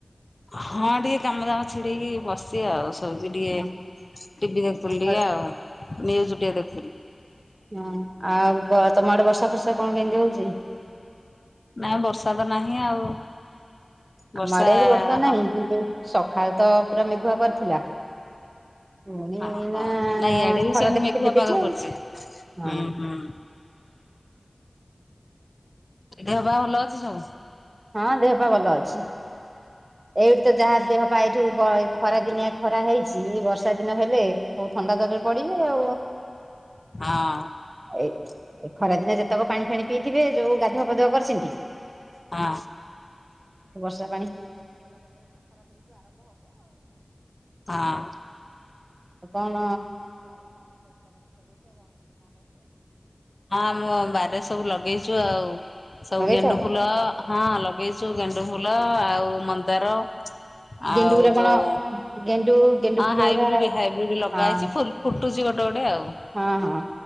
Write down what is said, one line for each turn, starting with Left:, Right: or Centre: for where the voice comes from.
Left: ହଁ ଟିକେ କାମ ଦାମ ଛିଡେଁଇକି ବସିିଚି ଆଉ। ଦଉଚି ଟିକେ
Right: ହଁ
Left: ଟିଭି ଦେଖୁଥିଲି
Right: ହଁ
Left: ଟିକେ ଆଉ ନିଉଜ୍ ଟିକେ ଦେଖୁଥିଲି।
Right: ହଁ ଆଉ ବ- ତମ ଆଡ଼େ ବର୍ଷା ଫର୍ଷା କଣ କେମିତି ହଉଚି?
Left: ନା ବର୍ଷାତ ନାହିଁ ଆଉ।
Right: ଆମ
Left: ବର୍ଷା
Right: ଆଡେ ଆଜି ବର୍ଷା ନାଇଁ
Left: ହ
Right: କିନ୍ତୁ ସଖାଳେ ତ ପୁରା ମେଘୁଆ କରିଥିଲା ପୁଣି
Left: ହଁ
Right: ଏଇନା
Left: ହଁ ନାଇଁ ଇଆଡେ ବି
Right: ଖରା
Left: ସେମିତି
Right: ଦେଖେ-ଦେଖେଇଚି
Left: ମେଘୁଆ ପାଗ
Right: ଆଉ।
Left: କରିଛି।
Right: ହଁ
Left: ହୁଁ
Right: -
Left: ହୁଁ। ଦେହ ପା ଭଲ ଅଛି ସବୁ?
Right: ହଁ ଦେହ ପା ଭଲ ଅଛି। ଏଇଠୁ ତ ଯାହା ଦେହ ପା ଏଇଠୁ ବ- ଖରା ଦିନିଆ ଖରା ହେଇଚି ବର୍ଷା ଦିନ ହେଲେ ସବୁ ଥଣ୍ଡା ଜରରେ ପଡିବେ।
Left: ହଁ ହଁ
Right: ଏଇ ଏ ଖରାଦିନେ ଯେତେକ ପାଣି ଫାଣି ପିଇଥିବେ ଯୋଉ ଗାଧୁଆ ପାାଧୁଆ କରିଛନ୍ତି।
Left: ହୁଁ
Right: ବର୍ଷା-
Left: ହଁ
Right: ଆଉ କଣ?
Left: ହଁ ମୁଁ ଆମ ବାରିରେ ସବୁ ଲଗେଇଚୁ ଆଉ ସବୁ
Right: ଲଗେଇଛ?
Left: ଗେଣ୍ଡୁ ଫୁଲ ଅ- ହଁ ଲଗେଇଚୁ ଗେଣ୍ଡୁଫୁଲ ଆଉ ମନ୍ଦାର। ଆଉ
Right: ଗେଣ୍ଡୁ ଫୁଲ କଣ
Left: ଯୋଉ
Right: ଗେଣ୍ଡୁ- ଗେଣ୍ଡୁ
Left: ହଁ
Right: ଫୁଲ
Left: ହାଇବ୍ରିଡ୍
Right: ଗୁରା
Left: ହାଇବ୍ରିଡ୍ ଲଗା
Right: ହଁ
Left: ହେଇଛି ଫୁଲ୍ ଫୁଟୁଛି ଗୋଟେ ଗୋଟେ ଆଉ।
Right: ହଁ ହଁ